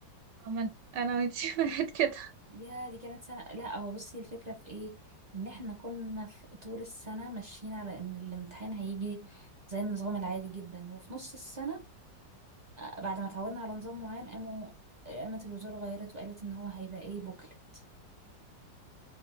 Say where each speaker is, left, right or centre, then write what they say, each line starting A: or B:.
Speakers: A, on the right; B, on the right.
A: عمل انا وانتي <laughs> واحد كده
B: يا دي كانت سنه لا هو بصي الفكره في ايه ان احنا كنا في طول السنه ماشيين على ان الامتحان هيجي زي النظام العادي جدا وفي نص السنه آه، بعد ما اتعودنا على نظام معين قاموا قامت الوزاره غيرت وقالت ان هو هيبقى ايه بوكلت